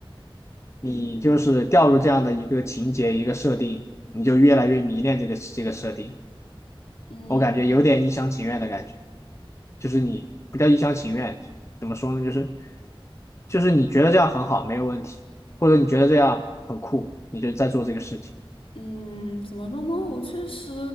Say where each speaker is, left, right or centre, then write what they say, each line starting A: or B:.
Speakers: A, on the left; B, on the left.
A: 你就是掉入这样的一个情节一个设定，
B: 嗯
A: 你就越来越迷恋这个这个设定，
B: 嗯。
A: 我感觉有点一厢情愿的感觉，就是你不叫一厢情愿，怎么说呢？就是就是你觉得这样很好，没有问题，或者你觉得这样很酷，你就在做这个事情
B: 嗯，怎么说呢？我确实